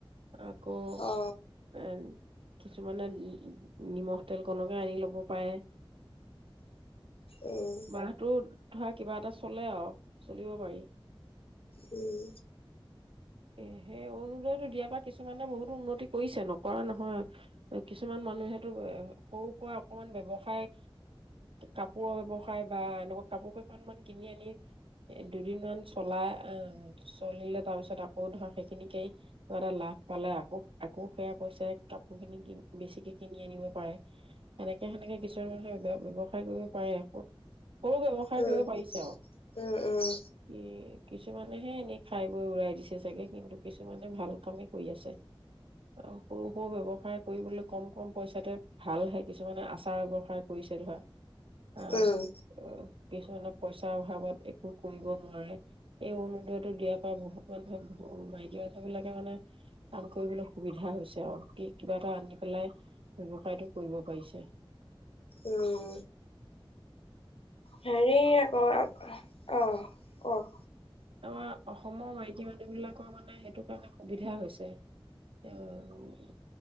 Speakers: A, on the right; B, on the left.
A: আকৌ
B: অ
A: কিছুমানে নিমখ তেল কনকে আনি লব পাৰে
B: উম
A: বাহটোত। ধৰা কিবা এটা চলে আৰু চলিব পাৰি।
B: উম।
A: এ সেই অৰুনোদৈটো দিয়াৰ পৰা কিছুমানে বহুতো উন্নতি কৰিছে নকৰা নহয়। কিছুমান মানুহেতো সৰু সুৰা অকমান ব্যৱসায় কাপোৰৰ ব্যৱসায় বা এনেকুৱা কাপোৰ কেইখনমান কিনি আনি দুদিন মান চলাই আহ চলিলে তাৰ পিছত। আকৌ ধৰা সেইখিনিকেই কিবা এটা লাভ পালে। আকৌ, আকৌ সেয়া পইচাই কাপোৰ খিনি বেছিকে কিনি আনিব পাৰে। সেনেকে সেনেকে কিছুমান মানুহে বে ব্যৱসায়কৰিব পাৰে। সৰু ব্যৱসায়
B: উম
A: কৰিব পাৰিছে আৰু
B: উম উম
A: এ। কিছুমানেহে এনেই খাই বৈ উৰাই দিছে। তাকে কিন্তু কিছুমানে ভাল কামেই কৰি আছে। আৰু সৰু সৰু ব্যৱসায় কৰিবলৈ কম কম পইচাতে ভালহে কিছুমানে আচাৰ ব্যৱসায় কৰিছে ধৰা। আহ
B: উম।
A: কিছুমানে পইচাৰ অভাৱত একো কৰিব নোৱাৰে। এই অৰুনোদৈটো দিয়াৰ পা বহুত মান মাইকী মানুহ বিলাকে মানে কাম কৰিবলৈ সুবিধা হৈছে আৰু কিবা এটা আনি পেলাই ব্যৱসায়টো কৰিব পাৰিছে।
B: উম হেৰি আকৌ। অ কওক
A: আমাৰ অসমৰ মাইকী মানুহ বিলাকৰ মানে সেইটো কাৰণে সুবিধা হৈছে। এ